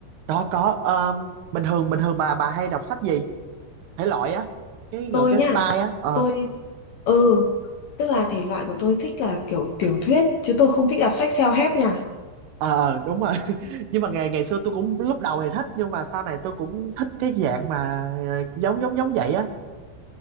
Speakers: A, on the right; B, on the left.
A: có có um, bình thường bình thường bà bà hay đọc sách gì thể loại á cái
B: Tôi
A: gọi cái
B: nhá.
A: style á Ờ.
B: Tôi ừ, tức là thể loại của tôi thích là kiểu tiểu thuyết chứ tôi không thích đọc sách self-help nha.
A: ờ ờ, đúng rồi <laughs> nhưng mà ngày ngày xưa tôi cũng lúc đầu thì thích nhưng mà sau này tôi cũng thích cái dạng mà ờ, giống giống giống vậy á